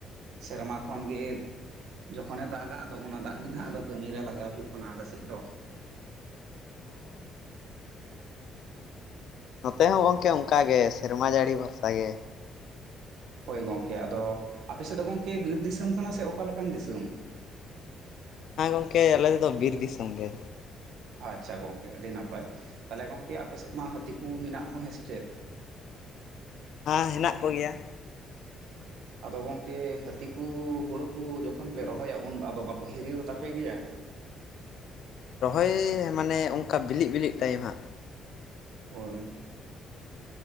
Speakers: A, on the right (about 75°); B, on the left (about 65°).
A: ᱥᱮᱨᱢᱟ ᱠᱷᱚᱱ ᱜᱮ ᱡᱚᱠᱷᱚᱱᱮ ᱫᱟᱜᱟ, ᱟᱫᱚ ᱚᱱᱟ ᱫᱟᱜ ᱜᱮ ᱱᱟᱦᱟᱜ ᱟᱫᱚ ᱠᱟᱹᱢᱤᱨᱮ ᱞᱟᱜᱟᱣ ᱦᱩᱭᱩᱜ ᱠᱟᱱᱟ ᱟᱞᱮᱥᱮᱫ ᱫᱚ।
B: ᱚ। ᱱᱚᱛᱮ ᱦᱚᱸ ᱜᱚᱝᱠᱮ ᱚᱱᱠᱟ ᱜᱮ ᱥᱮᱨᱢᱟ ᱡᱟᱹᱲᱤ ᱵᱷᱚᱨᱥᱟ ᱜᱮ।
A: ᱦᱳᱭ ᱜᱚᱢᱠᱮ ᱟᱫᱚ ᱟᱯᱮ ᱥᱮᱫ ᱫᱚ ᱜᱚᱝᱠᱮ ᱵᱤᱨ ᱫᱤᱥᱚᱢ ᱠᱟᱱᱟ ᱥᱮ ᱚᱠᱟ ᱞᱮᱠᱟᱱ ᱫᱤᱥᱚᱢ?
B: ᱦᱮᱸ, ᱜᱚᱝᱠᱮ ᱟᱞᱮ ᱫᱚ ᱵᱤᱨ ᱫᱤᱥᱚᱢ ᱜᱮ।
A: ᱟᱪᱪᱷᱟ ᱜᱚᱝᱠᱮ ᱟᱹᱰᱤ ᱱᱟᱯᱟᱭ। ᱛᱟᱦᱚᱞᱮ ᱜᱚᱝᱠᱮ ᱟᱯᱮᱥᱮᱫ ᱢᱟ ᱦᱟᱹᱛᱤ ᱠᱚ ᱢᱮᱱᱟᱜ ᱠᱚ ᱦᱮᱸ ᱥᱮ ᱪᱮᱫ?
B: ᱦᱮᱸ ᱦᱮᱱᱟᱜ ᱠᱚᱜᱮᱭᱟ।
A: ᱟᱫᱚ ᱜᱚᱝᱠᱮ ᱦᱟᱹᱛᱤ ᱠᱚ ᱦᱩᱲᱩ ᱠᱚ ᱡᱚᱠᱷᱚᱱ ᱯᱮ ᱨᱚᱦᱚᱭᱟ ᱩᱱ ᱟᱫᱚ ᱵᱟᱠᱚ ᱦᱤᱨᱤᱣ ᱦᱟᱛᱟᱯᱮ ᱜᱮᱭᱟ?
B: ᱨᱚᱦᱚᱭ ᱢᱟᱱᱮ ᱚᱱᱠᱟ ᱵᱤᱞᱤᱜ ᱵᱤᱞᱤᱜ ᱴᱟᱭᱤᱢ ᱦᱟᱸᱜ।
A: ᱦᱳᱭ।